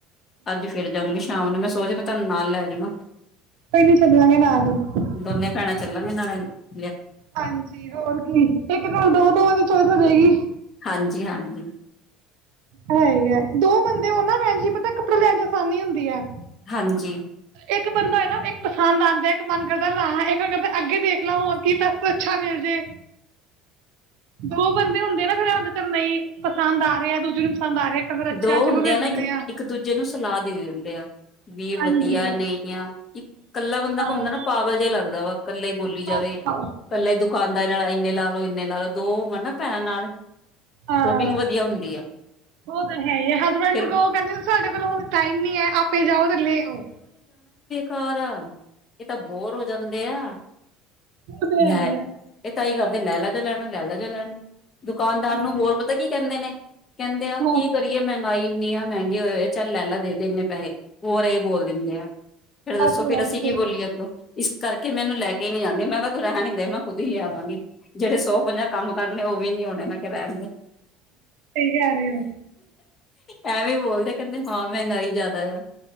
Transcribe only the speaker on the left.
ਅੱਜ ਫਿਰ ਜਾਊਂਂਗੀ ਸ਼ਾਮ ਨੂੰ ਮੈਂ ਸੋਚਦੀ ਆਂ ਮੈਂ ਤੁਹਾਨੂੰ ਨਾਲ ਲੈ ਜਵਾਂ।
ਦੋਨੇ ਭੈਣਾਂ <inaudible>
ਹਾਂਜੀ, ਹਾਂਜੀ।
ਹਾਂਜੀ।
ਦੋ
ਹੁੰਦੇ
ਆ
ਨਾ ਇੱਕ-ਇੱਕ ਦੂਜੇ ਨੂੰ ਸਲਾਹ ਦੇ ਦੇਣ ਦੇਂ ਆ। ਵੀ ਵਧੀਆ
ਨਹੀਂ ਆ, ਇੱਕ ਕੱਲਾ ਬੰਦਾ
ਘੁੰਮਦਾ ਨਾ ਪਾਗਲ ਜਿਹਾ ਲੱਗਦਾ ਦਾ ਵਾ। ਇਕੱਲਾ ਹੀ ਬੋਲੀ ਜਾਵੇ,
ਇਕੱਲਾ ਹੀ ਦੁੱਖ ਦੁਕਾਨਦਾਰ ਨਾਲ ਇੰਨੇ ਲਾ ਲੋ, ਇਨੇ ਲਾ ਲੋ। ਦੋ ਹੋਣ ਨਾ ਭੈਣਾਂ ਨਾਲ
ਸ਼ੋਪਿੰਗ ਵਧੀਆ ਹੁੰਦੀ ਆ।
ਫਿਰ
ਘਰ ਇਹ ਤਾਂ ਬੋਰ ਹੋ ਜਾਂਦੇ ਆ।
<unintelligible>
ਤਾ ਹੀ ਕਰਦੇ ਲੈ ਲਾ ਜੋ ਲੈਣਾ, ਲੈ ਲਾ ਜੋ ਲੈਣਾ ਈ। ਦੁਕਾਨਦਾਰ
ਨੂੰ ਹੋਰ ਪਤਾ ਕੀ ਕਹਿੰਦੇ ਨੇ
ਕੀ ਕਰੀਏ ਮੈਂ ਮਹਿੰਗਾਈ ਇੰਨੀ ਆ, ਮਹਿੰਗੀ ਹੋਏ-ਹੋਏ ਆ, ਚੱਲ ਲੈ ਲਾ ਦੇ-ਦੇ ਇੰਨੇ ਪੈਸੇ। ਹੋਰ ਏ ਬੋਲ ਦਿੰਦੇ ਆ ਫੇਰ ਦੱਸੋ
ਫਿਰ ਅਸੀਂ ਕੀ ਬੋਲੀਏ ਅੱਗੋਂ, ਇਸ ਕਰਕੇ ਮੈ ਇਨੂੰ ਲੈ ਕੇ ਨਹੀਂ ਜਾਂਦੀ ਮੈਂ ਕਿਹਾ ਤੂੰ ਰਹਿਣ ਮੈਂ ਖੁੱਦ ਹੀ ਲੈ ਆਂਵਾ ਆਵਾਗੀ ਜਿਹੜੇ ਸੌ-ਪੰਜਾਹ ਕੰਮ ਕਰਨੇ ਉਹ ਵੀ ਨੀ ਹੋਣੇ ਮੈਂ ਕਿਹਾ ਰਹਿਣ ਦੇ।
ਐਵੇ ਬੋਲਦੇ ਕਹਿੰਦੇ ਹਾਂ, ਮਹਿੰਗਾਈ ਜ਼ਿਆਦਾ ਆ।